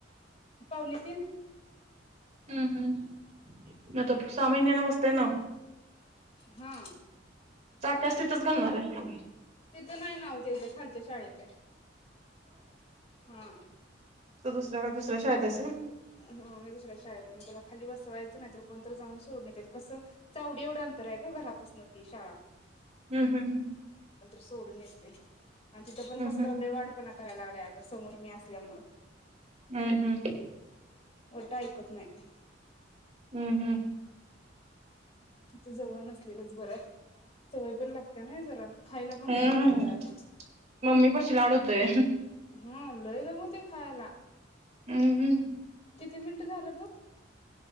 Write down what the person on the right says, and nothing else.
हम्म हम्म सहा महिन्यांन बसतय नाव.
जात्यास तथच घालणार ये का?
त दुसऱ्या का दुसऱ्या शाळेत आहे से. <unintelligible>
हम्म हम्म हम्.
हम्म
हम् हम्म.
हम्म हम्म.
हम्म
मम्मी पशी लाड होतोय
हम्म